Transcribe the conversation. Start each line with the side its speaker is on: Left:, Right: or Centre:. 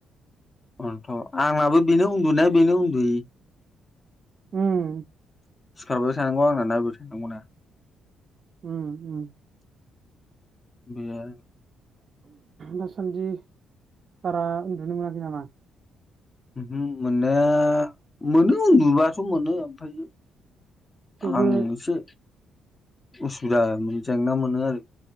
Left: ओंथ' आंनाबो बेनो उनदुनाय बेनो उनदुयि।
Right: उम
Left: सिखारबाय थानांगौ आंना नायबाय थानांगौना।
Right: उम उम
Left: गैया।
Right: दासानदि बारा उनदुनो मोनाखै नामा?
Left: ओमहो मोननाया मोनो उनदुबाथ' मोनो आमफायो
Right: थेवबो
Left: आंसो उसुबिदा मोनो जेंना मोनो आरो।